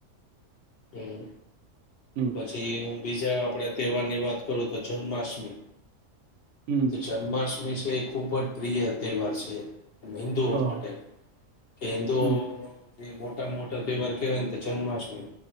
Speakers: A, on the left; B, on the right.
A: હમ
B: હમ
A: પછી બીજા આપડે તહેવારની વાત કરું તો જન્માષ્ટમી
B: હમ
A: તો જન્માષ્ટમી વિશે એ ખુબ જ પ્રિય તહેવાર છે. હિન્દુઓ
B: હા
A: માટે કે હિન્દુઓનુ
B: હમ
A: <unintelligible> મોટા મોટા તહેવાર કહેવાયને તો જન્માષ્ટમી